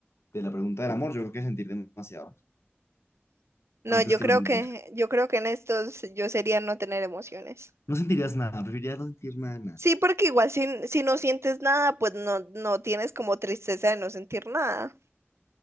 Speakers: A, on the left (about 75°); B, on the right (about 80°).
A: de la pregunta del amor, yo creo que sentir demasiado
B: No,
A: antes
B: yo
A: que
B: creo
A: no sentir.
B: que, yo creo que en estos yo sería no tener emociones.
A: No sentirías nada, preferirías no sentir nada, nada.
B: Sí, porque igual si, si no sientes nada, pues no, no tienes como tristeza de no sentir nada.